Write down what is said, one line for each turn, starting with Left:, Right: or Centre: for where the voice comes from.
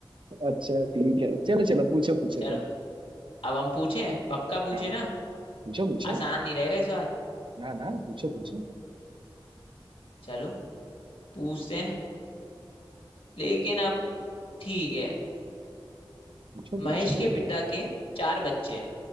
Right: अच्छा ठीक है चलो चलो पूछो पूछो
Left: चलो
Right: तुम
Left: अब हम पूछें पक्का पूछे
Right: हाँ हाँ
Left: ना
Right: पूछो पूछो
Left: आसान नहीं रहेगा इस बार
Right: ना ना पूछो पूछो
Left: चलो पूछते हैं लेकिन अब ठीक है
Right: पूछो
Left: महेश
Right: पूछो
Left: के पिता के चार बच्चे हैं